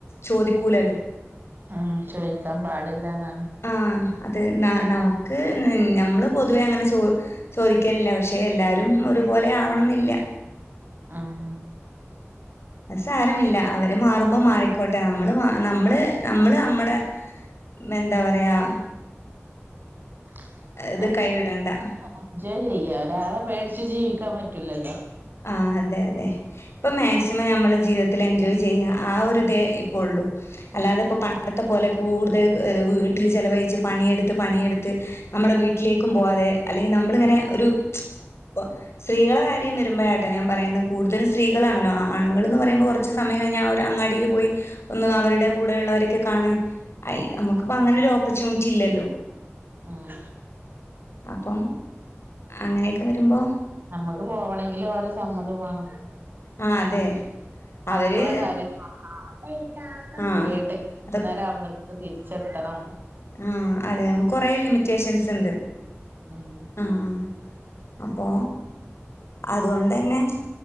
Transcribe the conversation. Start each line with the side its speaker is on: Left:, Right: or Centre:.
Left: ചോദിക്കൂലല്ലോ.
Right: ഉം ചോയ്ക്കാൻ പാ ടില്ലന്നാണ്
Left: ആഹ് അത് ന നമുക്ക് ഞമ്മള് പൊതുവേ അങ്ങനെ ചോ ചോദിക്കലില്ല. പക്ഷെ എല്ലാരും ഒരുപോലെ ആവണെന്നില്ല.
Right: ആഹ്
Left: അത് സാരമില്ല. അവര് മാറുമ്പോ മാറിക്കോട്ടെ. നമ്മള് മാ നമ്മള് നമ്മള് നമ്മടെ എന്താ പറയാ
Right: <unintelligible>
Left: ഇത് കൈവിടണ്ട
Right: എൻജോയ് ചെയ്യ. ഒരാളെ പേടി ച്ച് ജീവിക്കാൻ പറ്റൂലല്ലോ
Left: ആ അതെ അതെ ഇപ്പൊ മാക്സിമം ഞമ്മെള് ജീവ ത്തിൽ എൻജോയ് ചെയ്ക. ആ ഒരുയിതേയിപ്പയൊള്ളൂ. അല്ലാതെയിപ്പ പണ്ടത്തെപ്പോലെ കൂടുതൽ വീട്ടിൽ ചെലവഴിച്ച് പണിയെടുത്ത് പണിയെടുത്ത് നമ്മെടെ വീട്ടിലേക്കും പോവാതെ അല്ലെങ്കിൽ നമ്മളിങ്ങനെ ഒര് പ്പ സ്ത്രീകളെക്കാര്യം വെ രുമ്പാഴാട്ടേ ഞാൻ പറയുന്നേ കൂടുതലും സ്ത്രീകളാണല്ലോ ആണുങ്ങൾന്ന് പറയുമ്പോ കൊറച്ച് സമയം കഴിഞ്ഞാ അവര് അങ്ങാടിൽ പോയി ഒന്ന് അവരെടെക്കൂടെയൊള്ളവരൊക്കെ കാണ്. ആ ഇ നമുക്കിപ്പോ അങ്ങനൊരു ഓപ്പർച്യൂണിറ്റി ഇല്ലല്ലോ.
Right: ഉം
Left: അപ്പം അങ്ങനെക്കെ വെരുമ്പോ
Right: നമ്മെക്ക് പോവെണങ്കില് ഓരെ സമ്മതം വേണം
Left: ആഹ് അതെ
Right: മക്കളെ
Left: അവര്
Right: കാര്യം <unintelligible>
Left: ആഹ്
Right: വീട്ട് ക്ക്
Left: അത്
Right: വൈകുന്നേരാമ്പ ക്കെത്തിരിച്ചെത്തണം
Left: ആഹ് അതെ നമുക്ക് കൊറെ ലിമിറ്റേഷൻസ്ണ്ട്
Right: ഉം
Left: ആഹ് ആ അപ്പോ അതുകൊണ്ടന്നെ